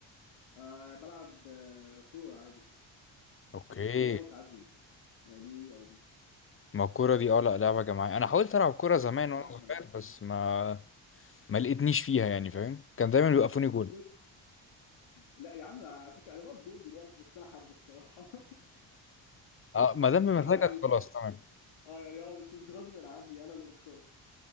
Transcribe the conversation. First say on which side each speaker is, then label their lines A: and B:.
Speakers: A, on the left (about 85°); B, on the left (about 25°).
A: آه، بلعب آه، كورة عادي
B: اوكي
A: كورة وساعات جيم يعني دي أو دي
B: ما الكورة دي اه لا لعبة جماعية انا حاولت العب كورة زمان
A: هيلعب
B: وانا صغير
A: جماعي
B: بس ما ما لقيتنيش فيها يعني فاهم كان دايما بيوقفوني
A: برضه
B: جول
A: لا يا عم على فكره انا بقف جون دلوقتي بس انا حابه الصراحه <laughs>
B: اه ما دام بمزاجك
A: يعني
B: خلاص تمام
A: اه يعني اه مش مش غصب عني انا اللي بختار